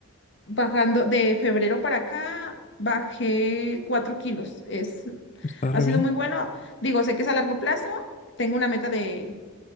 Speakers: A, on the left; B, on the left.
A: bajando de febrero para acá, bajé 4 kilos. Es,
B: Está
A: ha
B: re
A: sido
B: bien.
A: muy bueno. Digo, sé que es a largo plazo, tengo una meta de